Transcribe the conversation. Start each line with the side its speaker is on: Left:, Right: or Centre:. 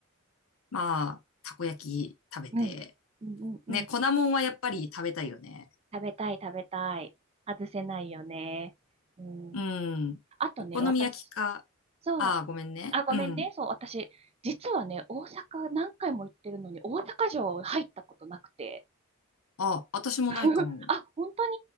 Left: まあ、たこ焼き食べて。
Right: うん、うんうんうん。
Left: ね、粉もんはやっぱり食べたいよね。
Right: 食べたい、食べたい。外せないよね。うん。
Left: うん。
Right: あとね、
Left: お好み焼きか。
Right: 私、そう、
Left: ああ、ごめんね。
Right: あ、ごめんね。
Left: うん。
Right: そう、私、実はね、大阪何回も行ってるのに、大阪城入ったことなくて。
Left: あ、私もないかも。
Right: <laughs> あ、本当に